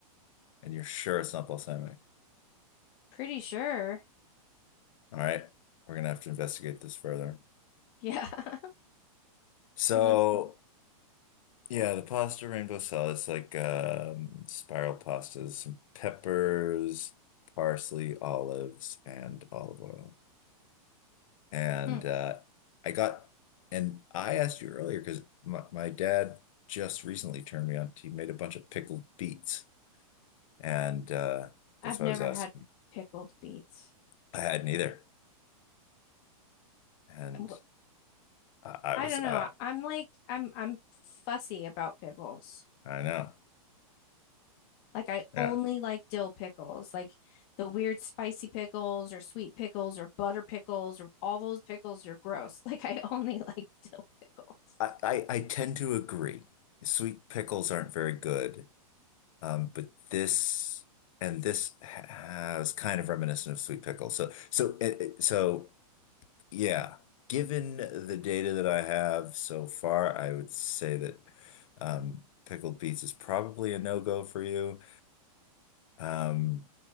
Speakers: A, on the left; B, on the left.
A: And you're sure it's not balsamic.
B: Pretty sure.
A: All right. We're gonna have to investigate this further.
B: Yeah, <laughs>
A: So,
B: it is. a-
A: yeah, the pasta rainbow salad is like um, spiral pastas, some peppers, parsley, olives, and olive oil. And
B: Mm.
A: uh, I got, and I asked you earlier because my, my dad just recently turned me on. He made a bunch of pickled beets, and uh,
B: I've
A: that's what
B: never
A: I was asking.
B: had
A: you.
B: pickled beets.
A: I hadn't either, and
B: W-
A: I,
B: I
A: I was,
B: don't know.
A: I,
B: I'm like I'm I'm fussy about pickles.
A: I know,
B: Like I
A: yeah.
B: only like dill pickles, like the weird spicy pickles or sweet pickles or butter pickles or all those pickles are gross. <laughs> Like I only <laughs> like dill pickles.
A: I, I, I tend to agree. Sweet pickles aren't very good, um, but this and this ha- has kind of reminiscent of sweet pickles. So, so, it, it- so Yeah, given the data that I have so far, I would say that um, pickled beets is probably a no-go for you. Um,